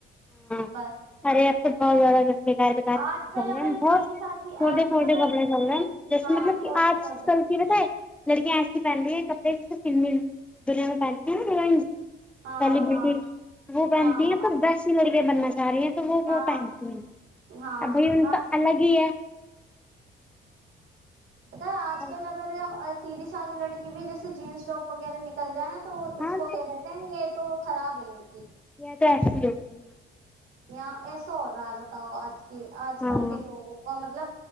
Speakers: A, in the centre; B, on the right.
A: ہاں
B: بس
A: ا رے سے ب جڑ گا بگیر بگیر کڑے
B: آج کل
A: چل
B: اگر
A: رہے ہیں بہت
B: سیدھی سادی
A: چھوٹے
B: آج کل
A: چھوٹے
B: اگر
A: کپڑے چل رہے ہیں جیسے
B: ہاں
A: مطلب
B: چھوٹے
A: کہ آج
B: چھوٹے
A: کل کی بتائے لڑکیاں ایسی پہن رہی ہے کپڑے جیسے فلمی دنیا میں پہنتی ہیں نا ل
B: ہاں
A: سیلیبریٹی
B: ہاں
A: وہ پہنتی
B: ہاں
A: ہیں پر بیسٹ بیا بننا چ رہی ہیں تو وہ وہ
B: ہاں
A: پہنتی ہیں
B: ہاں
A: اب بھائی ان
B: ہاں
A: کا الگ ہی ہے
B: بت ہے آج
A: اور
B: کل اگر سیدھی سادی لڑکی بھی جیسے جینسٹاپ وغیرہ نکل جائےا تو تو
A: ہاں
B: اس کو کہ دیتے ہیں یہ تو خراب ہے ل جی
A: یہ تو ایسیے لوگ ہیں
B: یا ایسا ہو رہا ہے ب تو آ آج
A: ہاں
B: کل کے لوگوں کو مطلب